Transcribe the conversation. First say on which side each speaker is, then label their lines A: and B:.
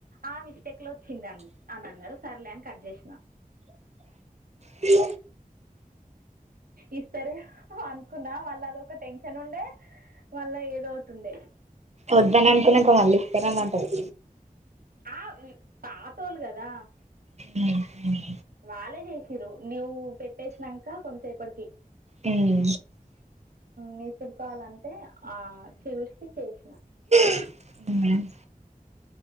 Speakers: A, on the right; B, on the right.
A: ఆ మిస్టేక్ లో వచ్చిందం అని అన్నాడు సర్లే అని కట్ చేసినా
B: హూ
A: ఇస్తరూ అనుకున్నా మళ్ళా అది ఒక టెన్షన్ ఉండే మాల్ ఏదొ ఓటి ఉండే
B: వద్దనిఅనుకున్నాక మళ్ళీ ఇస్తారనీ అంటది
A: ఆ పాతోళ్లు కదా
B: ఉహు
A: వాళ్ళే చేసిరూ నువు పెట్టేసినాక కొంసేపటికి
B: హుం
A: విసురు కోవాలంటే ఆ చూస్త చేసినా
B: <inaudible>